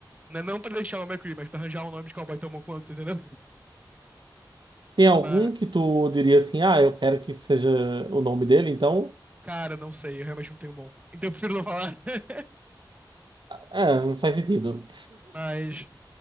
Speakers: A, on the right; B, on the right.
A: Não, é não pra deixar o McCree, mas pra arranjar um nome de cowboy tão bom quanto, entendeu?
B: Tem algum
A: Mas,
B: que tu diria assim, ah, eu quero que seja o nome dele, então,
A: cara, não sei. Eu realmente não tenho bom. Então eu prefiro não falar. <laughs>
B: é, faz sentido.
A: Mas